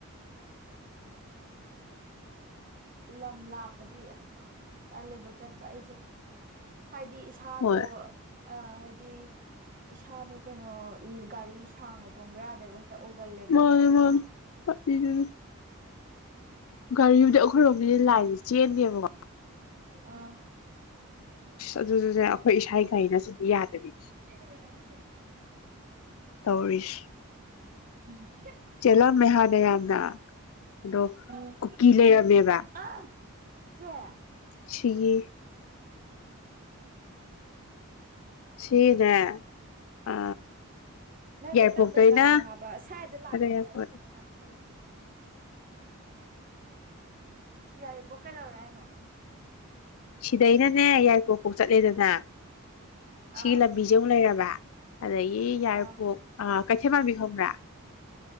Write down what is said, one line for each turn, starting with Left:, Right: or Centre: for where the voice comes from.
Right: ꯂꯝ ꯂꯥꯞꯄꯗꯤ ꯑꯁ ꯆꯂꯦꯕ ꯆꯠꯄ ꯑꯩꯁꯨ ꯍꯥꯏꯗꯤ ꯏꯁꯥꯗꯣ
Left: ꯍꯣꯏ
Right: ꯑ ꯍꯥꯏꯗꯤ ꯏꯁꯥꯗꯣ ꯀꯩꯅꯣ ꯒꯥꯔꯤ ꯁꯥꯡꯅ ꯆꯣꯡꯕ ꯌꯥꯗꯦꯕ ꯑꯣꯒꯜꯂꯦꯕ
Left: ꯃꯥꯣꯏ ꯃꯥ ꯍ <inaudible> <unintelligible> ꯒꯥꯔꯤꯨꯗꯤ ꯑꯩꯈꯣꯏꯔꯣꯝ ꯃꯤꯅ ꯂꯥꯏꯔꯤꯁꯦ ꯆꯦꯟꯕꯤꯕ
Right: ꯑꯥ
Left: ꯑꯗꯨꯗꯨꯅꯦ ꯑꯩꯈꯣꯏ ꯏꯁꯥꯒꯤ ꯒꯥꯔꯤ ꯅꯠꯔꯗꯤ ꯌꯥꯗꯗꯤ
Right: ꯁꯤ ꯁꯤ <inaudible> <unintelligible>
Left: ꯇꯧꯔꯤꯁ
Right: ꯎꯝ
Left: ꯆꯦꯜꯂꯝꯃꯦ ꯍꯥꯟꯅ ꯌꯥꯝꯅ ꯑꯗꯣ
Right: ꯎꯝ
Left: ꯀꯨꯀꯤ ꯂꯩꯔꯝꯃꯦꯕ
Right: ꯑ ꯆꯦ
Left: ꯁꯤꯌꯦ
Right: ꯍ <unintelligible> <inaudible>
Left: ꯁꯤꯅꯦ ꯑ
Right: ꯅꯠꯇꯦ
Left: ꯌꯥꯏꯔꯤꯄꯣꯛꯇꯩꯅ
Right: ꯇꯞꯅ ꯉꯥꯡꯉꯣ ꯍꯥꯏꯕ ꯁ꯭ꯋꯥꯏꯗ ꯂꯥꯛꯁꯜꯂꯦ
Left: ꯑꯗ ꯌꯥꯏꯔꯤꯄꯣꯛ
Right: ꯑꯗꯨꯗꯨꯒ ꯂꯥꯡꯁꯜꯜꯂꯤ ꯑꯣ ꯌꯥꯏꯕ ꯀꯗꯧ꯭ꯔꯦ ꯅ
Left: ꯁꯤꯗꯩꯅꯅꯦ ꯌꯥꯏꯄꯣꯛ ꯐꯥꯎ ꯆꯠꯂꯦꯗꯅ ꯁꯤꯒꯤ
Right: ꯑꯥ
Left: ꯂꯝꯕꯤꯖꯧ ꯂꯩꯔꯕ ꯑꯗꯌꯦ ꯌꯥꯏꯔꯤꯄꯣꯛ
Right: ꯑꯥ
Left: ꯀꯩꯊꯦ ꯃꯔꯕꯤꯈꯪ꯭ꯔꯥ